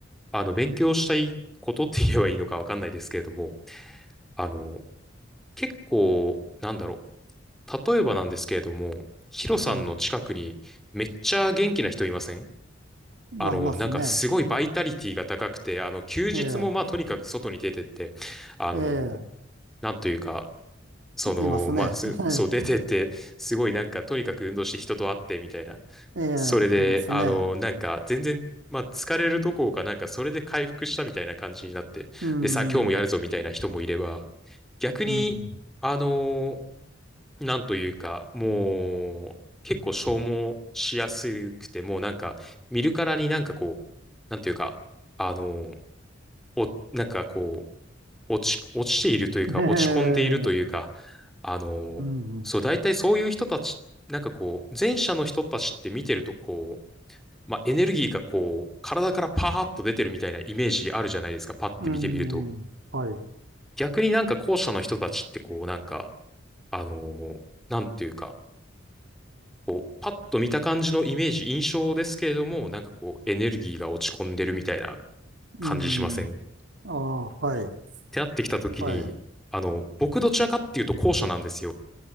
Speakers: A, in the centre; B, on the right.
A: あの、勉強したいことって言えばいいのかわかんないですけれども、あの結構、なんだろう。例えばなんですけれども、ヒロさんの近くにめっちゃ元気な人いません
B: はい。まあ、
A: あの、
B: いますね。
A: なんかすごいバイタリティが高くて、あの、休日もまあとにかく外に出てって、
B: ええ、
A: あの、
B: え
A: なんというか、その、
B: え、いますね。
A: まあ、すそう出てって、
B: <laughs>
A: すごいなんかとにかく運動して人と会ってみたいな、
B: ええ、え
A: それで、
B: え、いますね。
A: あの、なんか、全然、まあ、疲れるどころか、なんか、それで回復したみたいな感じになって、
B: うん、
A: で、さあ、今日もやるぞみたいな人もいれば、
B: うん、
A: 逆に、
B: うん。
A: あの、なんというか、もう、結構消耗しやすくて、もうなんか、見るからになんかこう、なんというか、あの、お、なんかこう、落ち、落ちているというか、
B: ええ、
A: 落ち込んでいるというか、あの、
B: うん、
A: そう、大体そういう人たち、なんかこう、前者の人たちって見てると、こう、まあ、エネルギーがこう、体からパーッと出てるみたいなイメージあるじゃないですか、パッて見てみると。
B: うん、はい。
A: 逆になんか後者の人たちってこう、なんか、あのーなんていうか、こう、パッと見た感じのイメージ、印象ですけれども、なんかこう、エネルギーが落ち込んでるみたいな
B: うん、
A: 感じしませんっ
B: ああ、はい。
A: てなってきたときに、
B: はい。
A: あの、僕どちらかっていうと後者なんですよ。